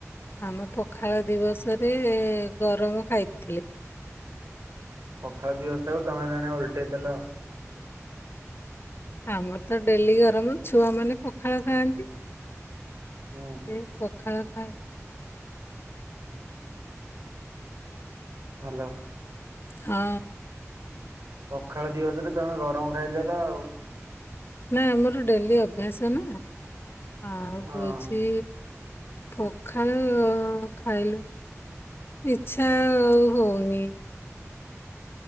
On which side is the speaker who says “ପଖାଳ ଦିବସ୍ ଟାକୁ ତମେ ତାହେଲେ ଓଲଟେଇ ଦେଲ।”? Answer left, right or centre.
Right